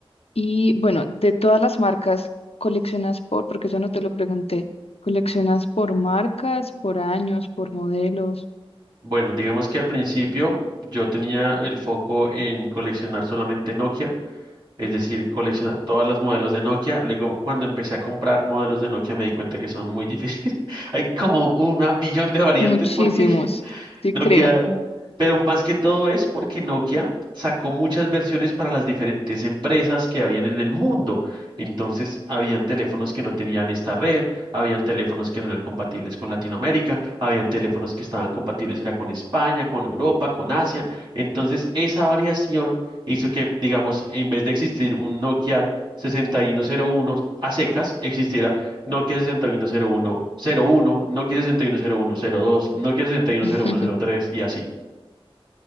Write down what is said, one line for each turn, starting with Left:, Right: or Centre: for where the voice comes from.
Left: Y bueno, de todas las marcas, ¿coleccionas por, porque eso no te lo pregunté, ¿coleccionas por marcas, por años, por modelos?
Right: Bueno, digamos que al principio yo tenía el foco en coleccionar solamente Nokia, es decir, coleccionar todas las modelos de Nokia. Luego, cuando empecé a comprar modelos de Nokia, me di cuenta que son muy difíciles. <laughs> Hay como un millón de variantes
Left: Muchísimos,
Right: porque
Left: sí
Right: Nokia,
Left: creo.
Right: pero más que todo es porque Nokia sacó muchas versiones para las diferentes empresas que habían en el mundo. Entonces, habían teléfonos que no tenían esta red, habían teléfonos que no eran compatibles con Latinoamérica, habían teléfonos que estaban compatibles era con España, con Europa, con Asia. Entonces, esa variación hizo que, digamos, en vez de existir un Nokia 6101 a secas, existiera Nokia 610101, Nokia 610102, Nokia seis uno
Left: <laughs>
Right: cero uno cero tres y así.